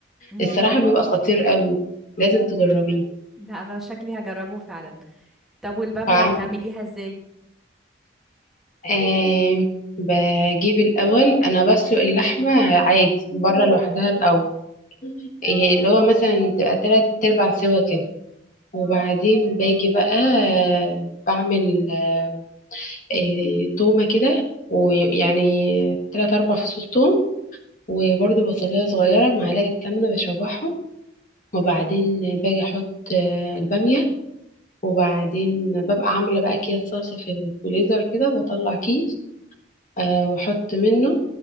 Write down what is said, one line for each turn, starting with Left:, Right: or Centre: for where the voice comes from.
Centre: امم
Left: الصراحه بيبقى خطير قوي لازم تجربيه
Centre: ده انا شكلي هجربه فعلا طب والباميه
Left: بعمل
Centre: بتعمليها ازاي
Left: آه بجيب الاول انا بسلق اللحمه عادي بره لوحدها الاول إيه اللي هو مثلا تبقى تلات ارباع سوا كده وبعدين باجي بقى آه، بعمل آه، آه، تومة كده ويعني تلات أربع فصوص توم وبرده بصلاية صغيرة معلقة سمنة بشوحهم وبعدين باجي أحط آه، البامية وبعدين ببقى عاملة بقى أكياس صلصة في الفريزر كده بطلع كيس آه، وأحط منه